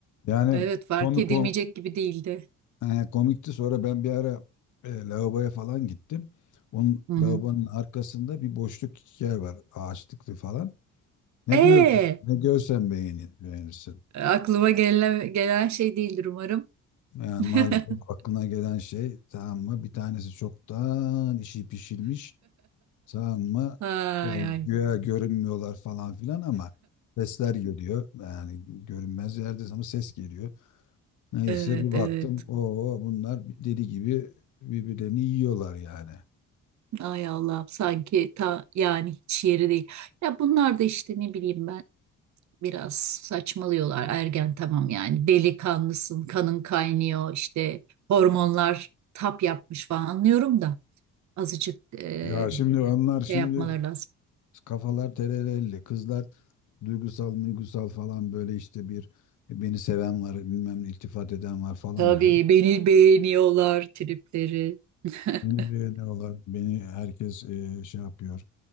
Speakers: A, on the left; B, on the right.
A: Yani
B: Evet fark
A: komik
B: edilmeyecek gibi değildi.
A: He, komikti. Sonra ben bir ara e, lavaboya falan gittim. Onun
B: Hı hı.
A: lavabonun arkasında bir boşluk yer var. Ağaçlıklı falan. Ne
B: E
A: gördün? Ne görsen beğeni, beğenirsin.
B: aklıma gelen, gelen şey değildir umarım.
A: Yani
B: <laughs>
A: maalesef aklına gelen şey tamam mı? Bir tanesi çoktan işi pişirmiş. Tamam mı?
B: Ay
A: Yani
B: ay.
A: güya görünmüyorlar falan filan ama sesler geliyor. Yani görünmez yerde ama ses geliyor. Neyse
B: Evet
A: bir baktım.
B: evet.
A: Oo bunlar deli gibi birbirlerini yiyorlar yani.
B: Ay Allah'ım sanki ta yani hiç yeri değil. Ya bunlar da işte ne bileyim ben biraz saçmalıyorlar. Ergen tamam yani delikanlısın, kanın kaynıyor işte hormonlar tap yapmış falan anlıyorum da azıcık e,
A: Ya şimdi onlar şimdi
B: şey yapmaları lazım.
A: kafalar terelelli. Kızlar duygusal duygusal falan böyle işte bir beni seven var bilmem ne iltifat eden var falan
B: Tabii
A: diyor.
B: beni beğeniyorlar tripleri. <laughs>
A: Beni beğeniyorlar. Beni herkes e, şey yapıyor.